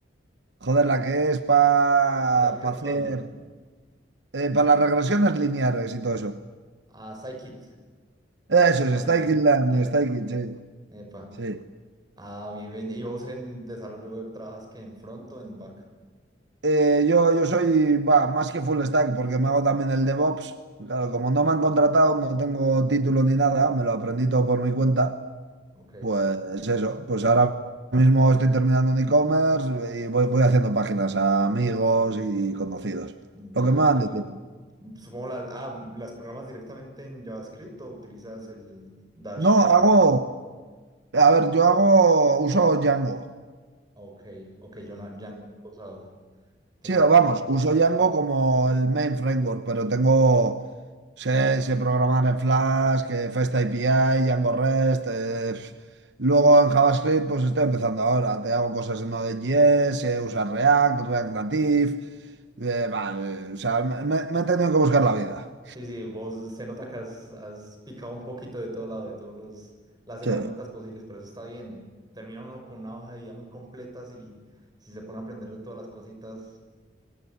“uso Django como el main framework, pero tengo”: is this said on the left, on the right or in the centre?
Right